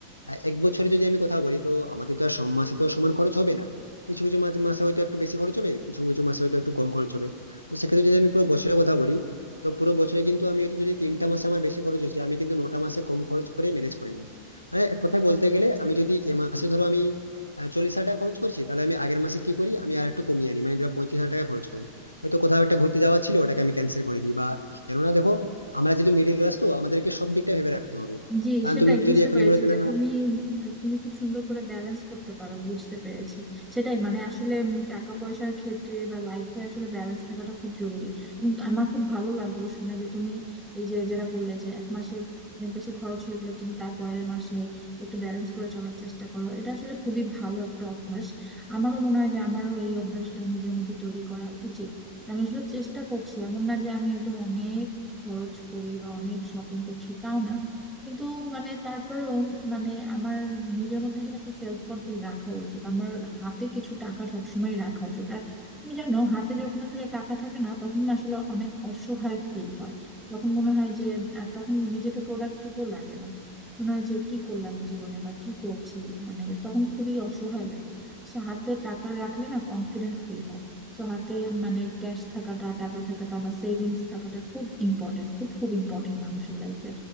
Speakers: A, on the left; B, in the centre.
A: আহ, এক বছরে যদি আমি কথা বলি তো আমাদের তো আর সব মাসে তো সমান খরচ হবে না কিছু কিছু মাসে মাসে হয়তো একটু বেশি খরচ হবে কিছু কিছু মাসে হয়তো একটু কম খরচ হবে তো সেক্ষেত্রে যদি আমি পুরো বছরের কথা বলি তো পুরো বছরে কিন্তু আমি হয়তো যদি তিনটা মাসে আমার বেশি খরচ হচ্ছে আমি কিন্তু নটা মাসে কম খরচ করে ম্যানেজ করে নিই মানে এক কথায় বলতে গেলে আমি যদি এ মাসে ধরো আমি আহ চল্লিশ হাজার টাকা খরচ করছি তাহলে আমি আগের মাসে কি করি আমি আর একটু কমিয়ে আনি মানে ধরো পঁয়ত্রিশ হাজার টাকা খরচ করি হয়তো কোথাও একটা ঘুরতে যাওয়া ছিল ওটাকে আমি ক্যান্সেল করে দিই বা কেননা দেখো আমরা যেহেতু মিডিল ক্লাস তো আমাদেরকে সব দিকটা ভেবে রাখতে হবে
B: জি
A: কারণ
B: সেটাই
A: তুমি
B: বুঝতে
A: যদি এখনই
B: পেরেছি
A: বলে যে
B: যে
A: না
B: তুমি তুমি খুব সুন্দর করে ব্যালেন্স করতে পারো বুঝতে পেরেছি সেটাই মানে আসলে উম টাকা পয়সার ক্ষেত্রে বা লাইফে আসলে ব্যালেন্স থাকাটা খুব জরুরি এবং আমার খুব ভালো লাগলো শুনে যে তুমি এই যে যেটা বললে যে এক মাসে অনেক বেশি খরচ হয়ে গেলে তুমি তার পরের মাসে একটু ব্যালেন্স করে চলার চেষ্টা করো এটা আসলে খুবই ভালো একটা অভ্যাস আমারও মনে হয় যে আমারও এই অভ্যাসটা নিজের মধ্যে তৈরি করা উচিত আমি আসলে চেষ্টা করছি এমন না যে আমি একদম অনেক খরচ করি বা অনেক শপিং করছি তাও না কিন্তু মানে তারপরেও মানে আমার নিজের মধ্যে আসলে একটা সেলফ কন্ট্রোল রাখা উচিত আমার হাতে কিছু টাকা সবসময় রাখা উচিত আর তুমি জানো হাতে যখন আসলে টাকা থাকে না তখন না আসলে অনেক অসহায় ফিল হয় তখন মনে হয় যে আর তখন নিজেকে প্রোডাক্টিভও লাগে না মনে হয় যে কি করলাম জীবনে বা কি করছি মানে তখন খুবই অসহায় লাগে সো হাতে টাকা রাখলে না কনফিডেন্ট ফিল হয় সো হাতে মানে ক্যাশ থাকাটা টাকা থাকাটা বা সেভিংস থাকাটা খুব ইম্পর্টেন্ট খুব খুব ইম্পর্টেন্ট মানুষের লাইফে